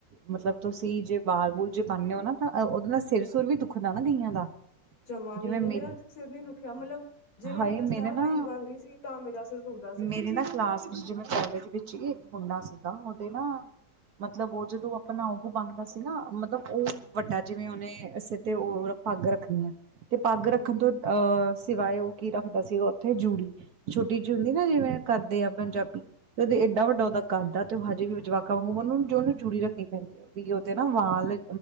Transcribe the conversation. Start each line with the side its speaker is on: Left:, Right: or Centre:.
Right: ਮਤਲਬ ਤੁਸੀਂ ਜੇ ਵਾਲ ਵੂਲ ਜੇ ਬਨਦੇ ਹੋ ਨਾ ਤਾਂ ਉਹਦੇ ਦਾ ਸਿਰ ਸੁਰ ਵੀ ਦੁਖਦਾ ਨਾ ਕਈਆਂ ਦਾ
Left: ਜਮਾ
Right: ਜਿਵੇਂ
Left: ਵੀ ਨੀ
Right: ਮੇਰੀ
Left: ਮੇਰਾ ਅੱਜ ਤੱਕ ਸਿਰ ਨਹੀ ਦੁਖਿਆ ਮਤਲਬ ਜੇ ਮੈਂ
Right: ਹਾਏ
Left: ਦਸਤਾਰ
Right: ਮੇਰੇ ਨਾ
Left: ਨਹੀਂ ਬਨਦੀ ਸੀ। ਤਾਂ ਮੇਰਾ ਸਿਰ ਦੁਖਦਾ ਸੀ
Right: ਮੇਰੀ
Left: ਤੁਸੀਂ
Right: ਨਾ
Left: ਮਤਲਬ
Right: ਕਲਾਸ ਵਿੱਚ ਜਿਵੇਂ ਕਾਲਜ ਵਿੱਚ ਜੀ ਇਕ ਮੁੰਡਾ ਸੀਗਾ ਉਹਦੇ ਨਾ ਮਤਲਬ ਉਹ ਜਦੋਂ ਆਪਣਾ ਉਹ ਬਣਦਾ ਸੀ ਨਾ ਮਤਲਬ ਉਹ ਵੱਡਾ ਜਿਵੇਂ ਉਹਨੇ ਸਿਰ ਤੇ ਉਹ ਪੱਗ ਰੱਖਣੀ ਹੈ। ਤੇ ਪੱਗ ਰੱਖਣ
Left: ਹੂੰ
Right: ਤੋਂ ਅਹ ਸਿਵਾਏ ਉਹ ਕੀ ਰੱਖਦਾ ਸੀਗਾ ਉੱਥੇ ਜੂੜੀ। ਛੋਟੀ ਜੋ ਹੁੰਦੀ ਨਾ ਜਿਵੇਂ ਕਰਦੇ ਆ ਪੰਜਾਬੀ, ਤੇ ਉਹਦੇ ਏਡਾ ਵੱਡਾ
Left: ਹੂੰ
Right: ਉਹਦਾ ਕਰਦਾ ਤੇ ਉਹ ਹਜੇ ਵੀ ਜਵਾਕਾਂ ਵਾੰਗੂ ਮ ਉਹਨੂੰ-ਉਹਨੂੰ ਜੂੜੀ ਰੱਖਣੀ ਪੈਂਦੀ ਹੈ ਵੀ ਉਹਦੇ ਨਾ ਵਾਲ,